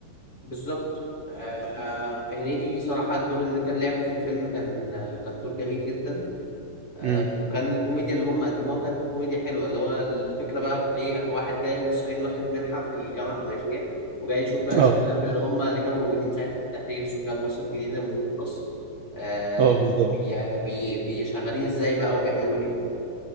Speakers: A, on the left; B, on the right.
A: بالظبط آه آه، هنيدي صراحة الدور اللي كان لعبه في الفيلم كان آه، كان دور جميل جدا آه،
B: امم
A: وكان الكوميديا اللي هم قدموها كانت كوميديا حلوه اللي هو الفكره بقى في ايه واحد جاي من الصعيد واخد منحه في الجامعه الامريكيه وجاي يشوف بقى الشباب
B: اه
A: اللي هم اللي كانوا موجودين ساعتها في التحرير سكان مصر الجديده ومدينه مصر آه
B: اه بالظبط
A: بي بي بيشغلين ازاي بقى وبيعملوا ايه